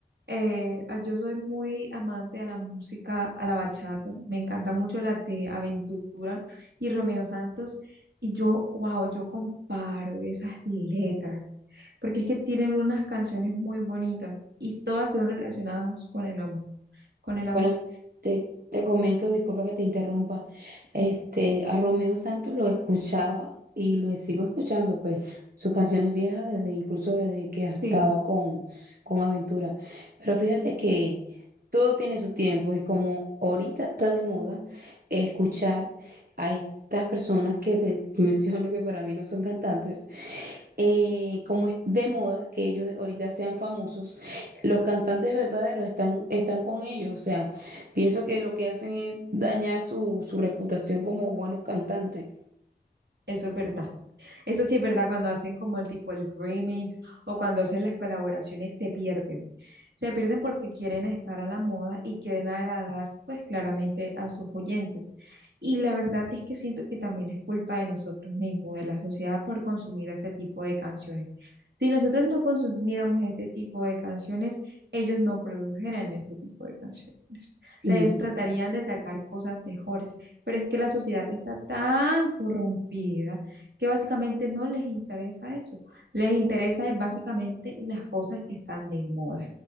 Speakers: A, on the right; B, on the right.
A: Eh, ah, yo soy muy amante a la música, a la bachata. Me encanta mucho la de Aventura y Romeo Santos. Y yo, wow, yo comparo esas letras, porque es que tienen unas canciones muy bonitas y todas son relacionadas con el amor, con el amor.
B: Bueno, te, te comento, disculpa que te interrumpa.
A: Sí,
B: Este, a Romeo Santos lo escuchaba y lo sigo escuchando, pues, sus canciones viejas, desde, incluso desde que estaba
A: sí,
B: con, con Aventura. Pero fíjate que todo tiene su tiempo y como ahorita está de moda escuchar a estas personas que te <laughs> menciono que para mí no son cantantes, eh, como es de moda que ellos ahorita sean famosos los cantantes verdaderos están, están con ellos, o sea, pienso que lo que hacen es dañar su, su reputación como buenos cantantes.
A: eso es verdad. Eso sí es verdad, cuando hacen como el tipo el remix o cuando hacen las colaboraciones se pierden. Se pierden porque quieren estar a la moda y quieren agradar pues claramente a sus oyentes. Y la verdad es que siento que también es culpa de nosotros mismos, de la sociedad por consumir ese tipo de canciones. Si nosotros no consumiéramos este tipo de canciones, ellos no produjeran ese tipo de canciones. O
B: Sí,
A: sea, ellos
B: sí,
A: tratarían de sacar cosas mejores, pero es que la sociedad está tan corrompida que básicamente no les interesa eso. Les interesa es básicamente las cosas que están de moda.